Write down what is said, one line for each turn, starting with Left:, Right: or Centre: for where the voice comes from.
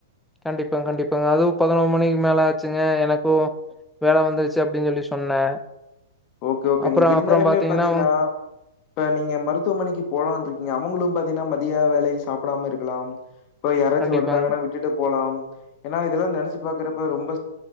Centre: கண்டிப்பா கண்டிப்பா அதுவும் பதினொரு மணிக்கு மேல ஆச்சுங்க எனக்கு வேலை வந்துச்சி அப்டின் சொல்லி சொன்னேன்
Left: ஓகே ஓகேங்க
Centre: அப்புறம்
Left: இருந்தாலுமே
Centre: அப்புறம் பாத்தீங்கன்னா
Left: பாத்தீங்னா
Centre: அவங்க-
Left: இப்ப நீங்க மருத்துவமனைக்கு போலான்ருக்கீங்க அவங்களும் பாத்தீங்னா மதிய வேலைக்கு சாப்டாம இருக்கலாம் இப்பயாராச்சு
Centre: கண்டிப்பாங்க
Left: வந்தாங்கனா விட்டுட்டு போலாம் ஏனா இதெல்லாம் நெனச்சு பாக்குறப்ப ரொம்ப